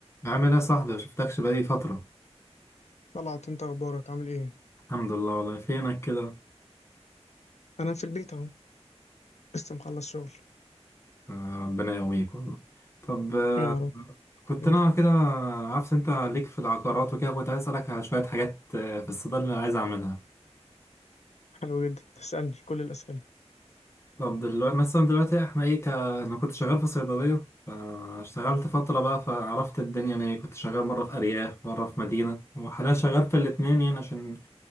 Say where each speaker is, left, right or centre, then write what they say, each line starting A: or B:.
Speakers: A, on the left; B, on the left.
A: عامل ايه يا صاحبي مشفتكش بقالي فترة
B: طلعت انت اخبارك عامل ايه
A: الحمد لله والله فينك كده
B: انا في البيت اهو لسه مخلص شغل
A: آه، ربنا يقويك والله طب آه،
B: يا رب
A: كنت
B: مم.
A: انا كده عارف انت ليك في العقارات وكده كنت عايز اسألك على شوية حاجات آه، في الصيدلة اللي عايز اعملها
B: حلو جدا تسألني كل الاسئله
A: طب دلوقتي مثلا دلوقتي احنا ايه ك... انا كنت شغال في صيدلية فاشتغلت فترة بقى فعرفت الدنيا يعني كنت شغال مرة في أرياف مرة في مدينة وحاليا شغال في الاتنين يعني عشان